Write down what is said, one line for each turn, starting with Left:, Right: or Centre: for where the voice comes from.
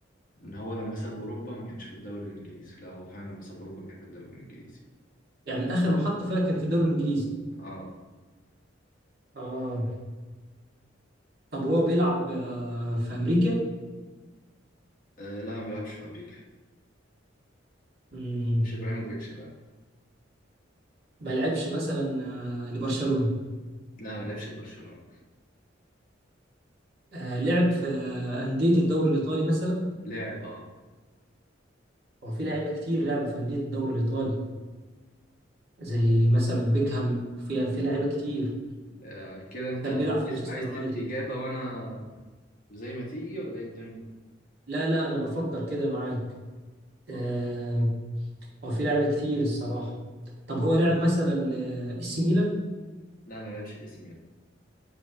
Left: ان هو لما ساب اوروبا ما كانش في الدوري الانجليزي لا هو فعلا لما ساب اوروبا كان في الدوري الانجليزي
Right: يعني آخر محطة فيها كان في الدوري الإنجليزي
Left: اه,
Right: آه طب هو بيلعب آه في أمريكا
Left: آه لا ما بيلعبش في امريكا
Right: مم،
Left: مش ابراهيموفيتش لا
Right: ما لعبش مثلا آه لبرشلونة
Left: لا ما لعبش في برشلونة
Right: آه لعب في آه أندية الدوري الإيطالي مثلا
Left: لعب اه,
Right: هو في لعيبة كتير لعبوا في أندية الدوري الإيطالي زي مثلا بيكهام في في لعيبة كتير
Left: آه كده انت
Right: وكان بيلعب في
Left: عايز
Right: مانشستر
Left: عايز
Right: يونايتد
Left: تدي اجابة وانا وزي ما تيجي ولا ايه الدنيا
Right: لا لا أنا بفكر كده معاك
Left: طيب
Right: آه هو في لعيبة كتير الصراحة طب هو لعب مثلا لإس ميلان
Left: لا ما لعبش الاي سي ميلان